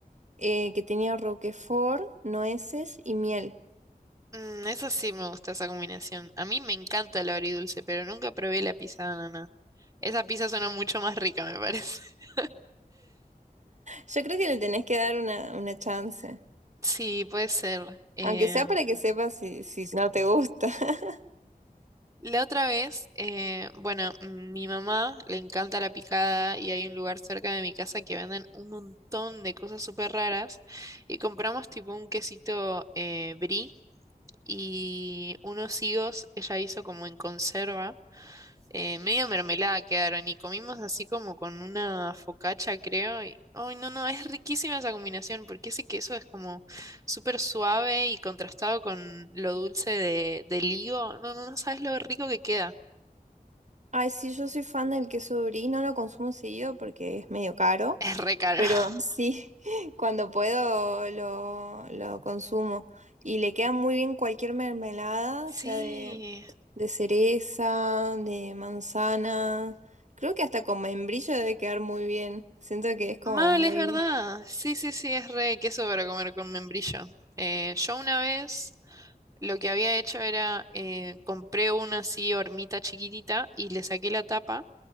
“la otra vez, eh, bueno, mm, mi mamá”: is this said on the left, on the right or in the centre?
Right